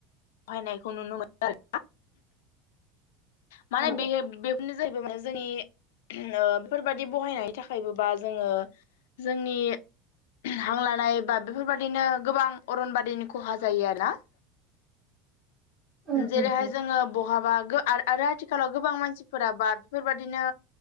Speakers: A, on the left; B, on the right.
A: बहायनायखौ नुनो मोनो। माने
B: औ
A: बे <unintelligible> जाहैबाय मान जोंनि बेफोरबादि बहायनायनि थाखायबो बा जोङो जोंनि हां लानाय बा बेफोरबायाददिनो गोबां अरनबादिनि खहा जायो आरो नाव
B: उम उम
A: जेरैहाय
B: उम
A: जोङो बहाबा गो आरो आथिखालाव गोबां मानसिफोराबा बेफोरबाददिनो